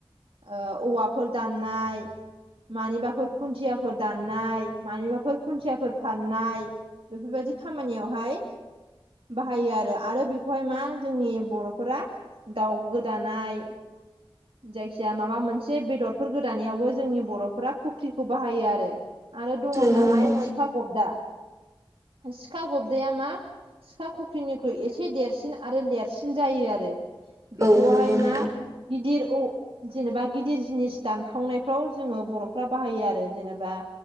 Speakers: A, on the right; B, on the right.
A: ओ औवाफोर दाननाय मानिबाफोर खुन्थियाफोर दाननाय मानिबाफोर खुन्थियाफोर फाननाय बेफोरबायदि खामानियावहाय बाहायो आरो आरो बे बेखौहाय मा जोंनि बर'फोरा दाउ गोदानाय जाय खिया माबा मोनसे बेदरफोर गोदानायावबो जोंनि बर'फोरा खुख्रिखौ बाहायो आरो। आरो दङ'
B: नंगौ
A: जोंहाय
B: नंगौ
A: सिखा गबदा सिखा गबदाया मा। सिखा खुख्रिनिख्रुइ एसे देरसिन आरो लेरसिन जायो आरो। बेखौहाय
B: औ नंगौ नोंथां
A: मा गिदिर औ। जेनेबा गिदिर जिनिस दानखावनायफ्राव जोङो बर'फ्रा बाहायो आरो जेनेबा।